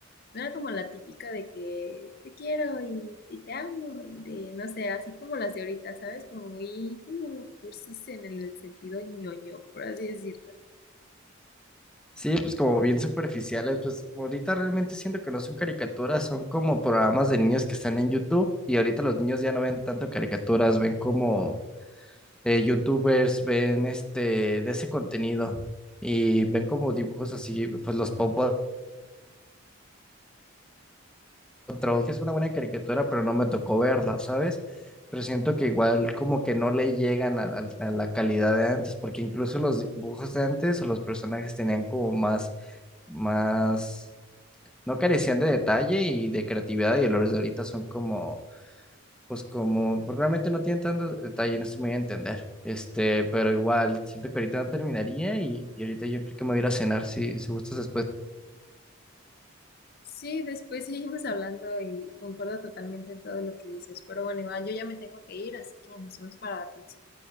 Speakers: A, on the left; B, in the centre.
A: no era como la típica de que te quiero y, y te amo y de, no sé, así como las de ahorita, ¿sabes? Como muy como cursis en el sentido ñoño, por así decirlo.
B: Sí, pues como bien superficiales, pues ahorita realmente siento que no son caricaturas, son como programas de niños que están en YouTube y ahorita los niños ya no ven tanto caricaturas, ven como eh, YouTubers, ven este de ese contenido y ven como dibujos así, pues los Pop Patrol, que es una buena caricatura, pero no me tocó verla, ¿sabes? Pero siento que igual como que no le llegan a, a a la calidad de antes, porque incluso los dibujos de antes o los personajes tenían como más más no carecían de detalle y de creatividad y los de ahorita son como, pues como, pues, realmente no tienen tanto detalle, no estoy muy a entender. Este, pero igual, siento que ahorita no terminaría y, y ahorita yo creo que me voy a ir a cenar si, si gustas después.
A: Sí, después seguimos hablando y concuerdo totalmente en todo lo que dices, pero bueno, igual yo ya me tengo que ir, así que nos vemos para la próxima.